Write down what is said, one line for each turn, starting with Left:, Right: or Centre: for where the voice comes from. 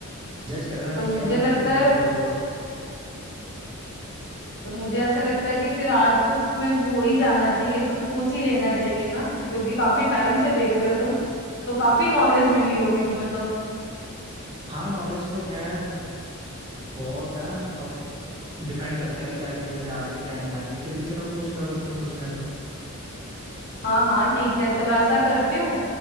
Right: जज करना नहीं
Left: तो मुझे
Right: चाहिए पर
Left: लगता
Right: फिर भी मेरे
Left: है
Right: को थोड़ा बहुत
Left: तो मुझे ऐसे लगता है कि फिर आज कुछ क्विज हो ही जाना चाहिए कुछ पूछ ही लेना चाहिए ना क्योंकि काफी टाइम से देख रहे हो तुम तो काफी नॉलेज मिली होगी तुम्हें तो
Right: हाँ नॉलेज तो खैर बहुत है अब डिपेंड करता है कि क्या चीजें मुझे आती है क्या नहीं आती फिर भी चलो पूछ लो अगर तुम्हें पूछना है तो
Left: हाँ हाँ ठीक है चलो ऐसा करती हूँ